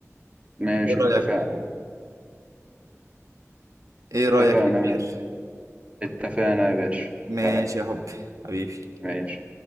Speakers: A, on the right; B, on the right.
A: ماشي
B: إيه رأيك
A: اتفقنا
B: إيه رأيك
A: اتفقنا
B: يا كبير
A: ماشي اتفقنا يا باشا
B: ماشي
A: اتفقنا
B: يا حبي حبيبي
A: ماشي